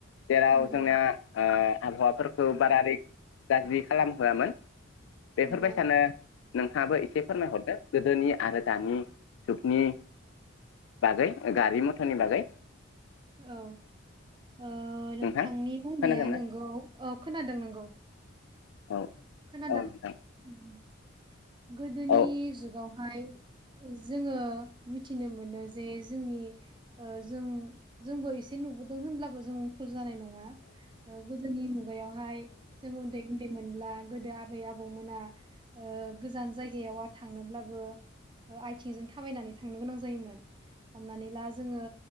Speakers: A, on the left; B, on the right.
A: जेराव
B: नंगौ
A: जोंनाओ आबहावाफोरखौ बारा रैख गाज्रि खालामहोआमोन बेफोरबायसानो
B: नंगौ
A: नोंथाङाबो एसे फोरमायहरदो गोदोनि आरो दानि जुगनि बागै गारि मथरनि बागै।
B: औ ओ नोंथांनि
A: नोंथां
B: बुंनाया
A: खोनादोंना
B: नोंगौ। औ खोनादों नंगौ।
A: औ
B: खोनादों
A: औ नोंथां
B: उम। गोदोनि
A: औ खोनादों नोंथां दे औ नंगौ औ नंगौ औ नंगौ औ नंगौ औ
B: जुगावहाय जोंङो मिथिनो मोनो जे जोंनि ओ जों-जोंबो एसे नुबोदों होनब्लाबो जों भुल जानाय नं ङा ओ गोदोनि मुगायावहाय जों उन्दैउन्दै मोनब्ला गोदो आबै आबौमोना ओ गोजान जाय गायाव थांनोब्लाबो ओ आइथिंजों थाबायनानै थांनो गोनां जायोमोन हमनानै ला जोंङो